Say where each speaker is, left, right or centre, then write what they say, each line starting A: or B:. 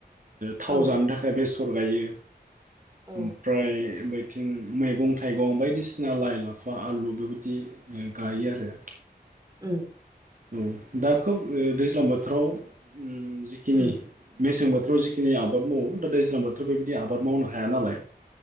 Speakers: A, on the right; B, on the right.
A: थाव
B: औ
A: जानो थाखाय बे सर गायो
B: औ
A: ओमफ्राय थिं मैगं थाइगं बाय- दिसिना लाइ लाफा आलु बेबायदि गायो आरो
B: उम
A: औ दा खोब दैज्लां बोथोराव जिखिनि
B: उम
A: मेसें बो- थाराव जिखि आबाद मावो दा दैज्लां थ बेबायदि आबाद मावनो हाया नालाय